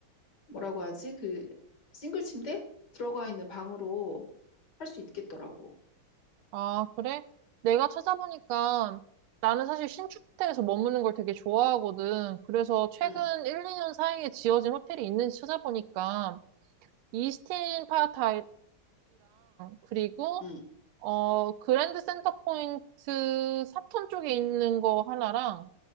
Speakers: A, on the left; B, on the right.
A: 뭐라고 하지? 그 싱글 침대 들어가 있는 방으로 할 수 있겠더라고.
B: 아, 그래? 내가 찾아보니까 나는 사실 신축 호텔에서 머무는 걸 되게 좋아하거든. 그래서 최근
A: 응,
B: 1, 2년 사이에 지어진 호텔이 있는지 찾아보니까 이스틴 파타이랑 그리고
A: 응,
B: 어 그랜드 센터 포인트 사톤 쪽에 있는 거 하나랑